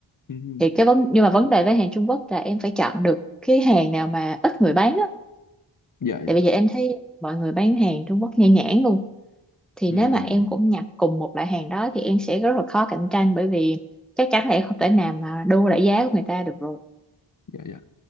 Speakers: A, on the left; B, in the centre.
A: Ừm,
B: thì cái vấn nhưng mà vấn đề với hàng Trung Quốc là em phải chọn được cái hàng nào mà ít người bán á
A: dạ dạ
B: tại bây giờ em thấy mọi người bán hàng Trung Quốc nhan nhản luôn thì
A: Ừm,
B: nếu mà em cũng nhập cùng một loại hàng đó thì em sẽ rất là khó cạnh tranh bởi vì chắc chắn là em không thể nào mà đua lại giá của người ta được rồi
A: dạ dạ